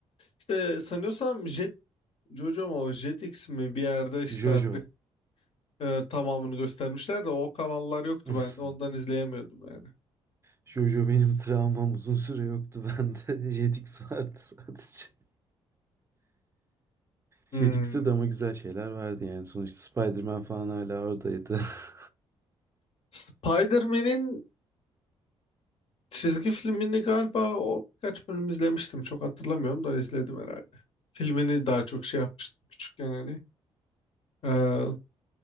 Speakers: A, on the left; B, on the right.
A: İşte sanıyorsam Jet Jojo mu Jetix mi bir yerde işte
B: JoJo.
A: artık e, tamamını göstermişler de o kanallar yoktu
B: <laughs>
A: ben de ondan izleyemiyordum yani.
B: Jojo benim travmam uzun süre yoktu bende. <laughs> Jetix vardı sadece.
A: Hmm.
B: Jetix'te de ama güzel şeyler vardı yani. Sonuçta Spider-Man falan hala oradaydı. <laughs>
A: Spider-Man'in çizgi filmini galiba o birkaç bölüm izlemiştim. Çok hatırlamıyorum da izledim herhalde. Filmini daha çok şey yapmıştım küçükken hani. Ee,